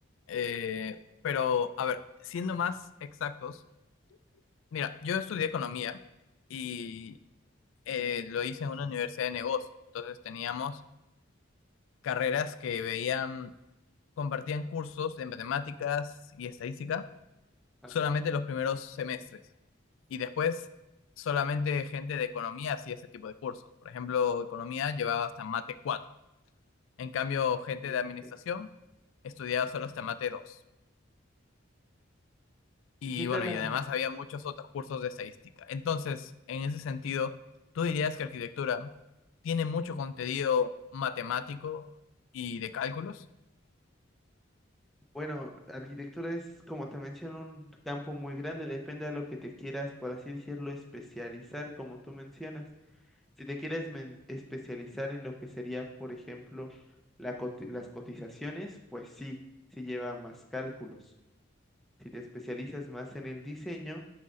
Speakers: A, on the left; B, in the centre.
A: Eh, pero, a ver, siendo más exactos, mira, yo estudié economía y eh, lo hice en una universidad de negocios. Entonces teníamos carreras que veían, compartían cursos de matemáticas y estadística
B: Ajá.
A: solamente los primeros semestres. Y después solamente gente de economía hacía ese tipo de cursos. Por ejemplo, economía llevaba hasta mate 4. En cambio, gente
B: sí,
A: de administración
B: sí.
A: estudiaba solo hasta mate 2. Y
B: ¿Y qué tal
A: bueno,
B: la-
A: y además había muchos otros cursos de estadística. Entonces, en ese sentido, ¿tú dirías que arquitectura tiene mucho contenido matemático y de cálculos?
B: Bueno, arquitectura es, como te menciono, un campo muy grande, depende de lo que te quieras, por así decirlo, especializar, como tú mencionas. Si te quieres men- especializar en lo que sería, por ejemplo, la coti- las cotizaciones, pues sí, sí lleva más cálculos. Si te especializas más en el diseño,